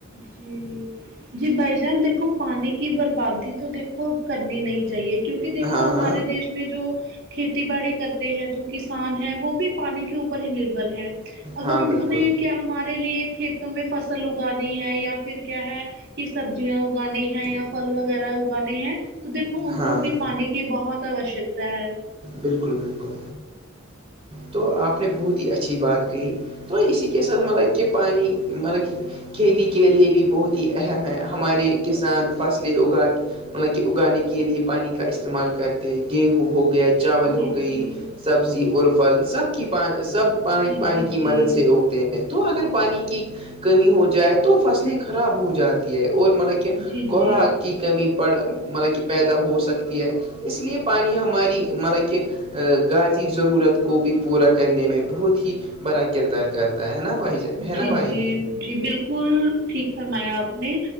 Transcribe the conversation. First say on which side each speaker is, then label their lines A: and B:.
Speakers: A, on the right; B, on the right.
A: جی <unintelligible> جی بھائی جان دیکھو پانی کی بربادی تو دیکھو کرنی نہیں چاہیے کیونکہ کہ دیکھو
B: ہاں
A: ہمارے
B: ہاں
A: دیش میں جو کھیتی باڑی کرتے ہیں جو کسان ہیں وہ بھی پانی کے اوپر ہی نربھر ہے اگر
B: ہاں
A: انہوں
B: بالکل
A: نے کیا ہمارے لیے کھیتوں میں فصل اگانی ہے یا پھر کیا ہے کہ سبزیاں اگانی ہے یا پھل وغیرہ اگانے ہیں تو دیکھو ان
B: ہاں
A: کو
B: ہاں
A: بھی پانی کے کی بہت آوشکتا ہے
B: بالکل بالکل تو آپ نے بہت ہی اچھی بات کہ تو اسی کے سر مطلب کہ پانی مطلب کہ کھیتی کے لیے بھی بہت ہی اہم ہے ہمارے کسان فصلیں اگا مطلب کہ اگانے کے لیے پانی کا استعمال کرتے ہیں گیہوں ہو گیا چاول
A: جی
B: ہو گئی
A: جی
B: سبزی ارفل سب کی پا سب پانی
A: جی
B: پانی
A: جی
B: کی
A: جی
B: مدد سے ہوگتے ہیں تو اگر پانی کی کمی ہو جائے تو فصلیں خراب ہو جاتی ہے اور مطلب
A: جی
B: کوا
A: جی
B: کی کمی پڑ مطلب کہ پیدا ہو سکتی ہے اس لیے پانی ہماری مطلب کہ گاازی ضرورت کو بھی پورا کرنے میں بہت ہی بڑا کردار کرتا ہے نا بھائی جان ہے
A: جی
B: نا بھائی
A: جی جی بالکل ٹھیک فرمایا آپ نے